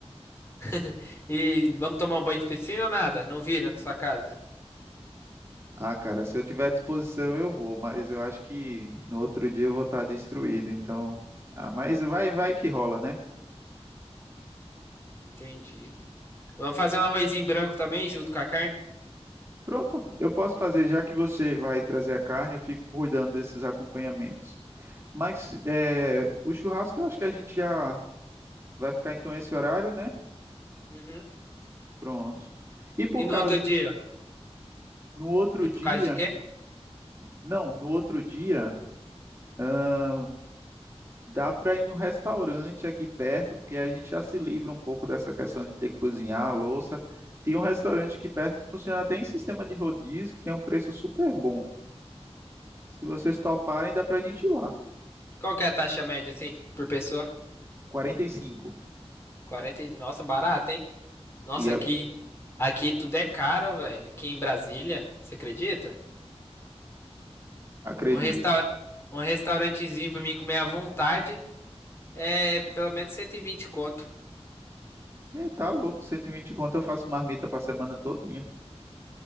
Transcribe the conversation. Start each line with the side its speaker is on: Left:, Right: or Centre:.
Left: <laughs> E vamos tomar um banho de piscina ou nada? Não vira na sua casa.
Right: Ah, cara, se eu tiver à disposição, eu vou, mas eu acho que no outro dia eu vou estar destruído, então. Ah, mas vai, vai que rola, né?
Left: Entendi. Vamos fazer um arrozinho branco também, junto com a carne?
Right: Pronto, eu posso fazer, já que você vai trazer a carne, eu fico cuidando desses acompanhamentos. Mas é, o churrasco, eu acho que a gente já vai ficar então esse horário, né?
Left: Uhum.
Right: Pronto. E por
Left: E no
Right: caso,
Left: outro dia?
Right: no outro
Left: E por
Right: dia.
Left: causa de quê?
Right: Não, no outro dia, ahn, dá para ir no restaurante aqui perto, porque a gente já se livra um pouco dessa questão de ter que cozinhar a louça. Tem um restaurante aqui perto que funciona até em sistema de rodízio, que tem um preço super bom. Se vocês toparem, dá para a gente ir lá.
Left: Qual que é a taxa média, assim, por pessoa?
Right: Quarenta E cinco.
Left: quarenta. e- Nossa, barato, hein? Nossa,
Right: E
Left: aqui,
Right: é-
Left: aqui tudo é caro, velho. Aqui em Brasília, você acredita?
Right: acredito.
Left: Um restaur... um restaurantezinho pra mim comer à vontade é pelo menos 120 conto.
Right: É, tá louco, 120 conto eu faço marmita para semana todinha.